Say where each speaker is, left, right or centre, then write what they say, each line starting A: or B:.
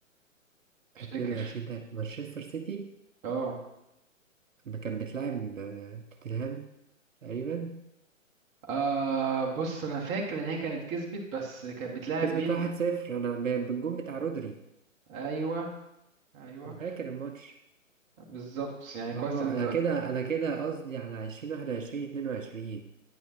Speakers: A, on the right; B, on the right.
A: افتكر
B: اتنين وعشرين تلاتة مانشستر سيتي
A: اه
B: ما كانت بتلعب آه، توتنهام تقريبا
A: آه بص انا فاكر ان هي كانت كسبت بس كانت بتلاعب
B: كسبت
A: مين
B: واحد صفر أنا ب- بالجون بتاع رودري
A: ايوه ايوه
B: أنا فاكر الماتش
A: بالظبط يعني كويس
B: اه
A: إن انت
B: أنا كده أنا كده قصدي على عشرين واحد وعشرين اتنين وعشرين